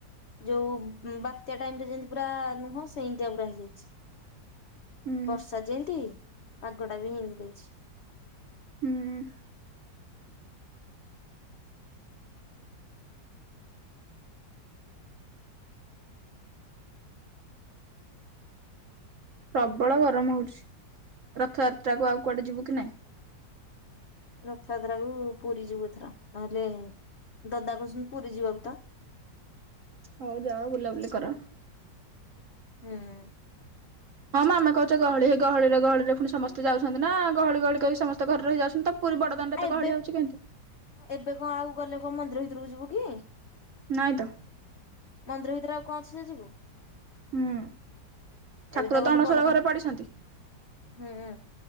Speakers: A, on the left; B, on the right.
A: ଯୋଉ ବାତ୍ୟା ଟାଇମ ରେ ଯେମତି ପୁରା ନୁହଁ ସେଇଁତିଆ ପୁରା ହେଇଯାଇଛି।
B: ହୁଁ
A: ବର୍ଷା ଯେନ୍ତି ପାଗ ଟା ବି ହିଁତି ଦେଇଚି।
B: ହୁଁ ଉଁ। ପ୍ରବଳ ଗରମ ହଉଚି ରଥଯାତ୍ରା କୁ ଆଉ କୁଆଡେ ଯିବୁ କି ନାଇଁ?
A: ରଥଯାତ୍ରାକୁ ପୁରୀ ଯିବୁ ଏଥର ନହେଲେ ଦଦା କହୁଛନ୍ତି ପୁରୀ ଯିବାକୁ ତ।
B: ହଉ ଯାଅ ବୁଲାବୁଲି କର।
A: ହୁଁ ଉଁ।
B: ହଁ ଆମେ କହୁଚେ ଗହଳି ହେଇ ଗହଳିରେ ଗହଳିରେ ପୁଣି ସମସ୍ତେ ଯାଉଛନ୍ତି ନା ଗହଳି ଗହଳି କହି ସମସ୍ତ ଘରେ ରହି ଯାଉସନ୍ତି ତ ପୁରୀ ବଡଦାଣ୍ଡ
A: ଆ
B: ଏତେ
A: ଏବେ
B: ଗହଳି ହେଉଚି କେନ୍ତି।
A: ଏବେ କଣ ଆଉ ଗଲେ କଉ ମନ୍ଦିର ଭିତରକୁ ଯିବୁ କି?
B: ନାଈଁ ତ।
A: ମନ୍ଦିର ଭିତରେ ଆଉ କଣ ଅଛି ଯେ ଯିବୁ।
B: ହୁଁ ଠାକୁର
A: ଏବେ ତ ଗଲେ
B: ଅଣସର
A: ବଡ ଦାଣ୍ଡ
B: ଘରେ ପଡିଛନ୍ତି
A: ହୁଁ।